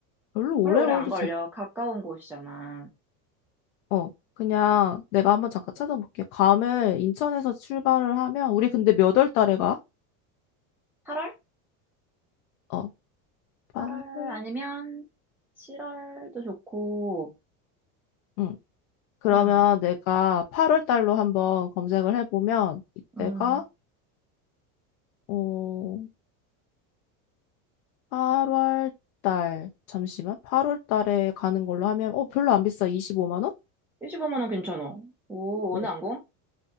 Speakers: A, on the left (about 75°); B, in the centre.
A: 별로 오래
B: 별로 오래
A: 걸리지
B: 안 걸려. 가까운 곳이잖아.
A: 어, 그냥 내가 한번 잠깐 찾아볼게. 감을 인천에서 출발을 하면, 우리 근데 몇 월 달에 가?
B: 8월?
A: 어, 팔월
B: 8월 아니면 7월도 좋고,
A: 응. 그러면
B: 음,
A: 내가 8월 달로 한번 검색을 해보면, 이때가,
B: 음.
A: 어, 8월 달, 잠시만. 8월 달에 가는 걸로 하면, 어, 별로 안 비싸. 25만 원?
B: 십5만원 괜찮아. 오,
A: 어.
B: 어느 항공?